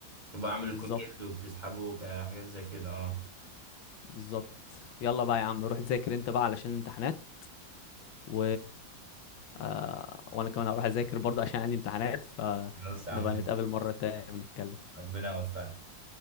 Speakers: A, on the right (about 20°); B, on the left (about 80°).
A: تبقى عامل
B: بالظبط
A: الكود جاهز وبتسحبه كحاجات زي كده اه
B: بالظبط يلا بقى يا عم روح ذاكر انت بقى علشان الامتحانات و آه... وانا كمان هروح اذاكر برضه عشان عندي امتحانات فنبقى
A: بس يا عم
B: نتقابل مره تانية ونتكلم
A: ربنا يوفقك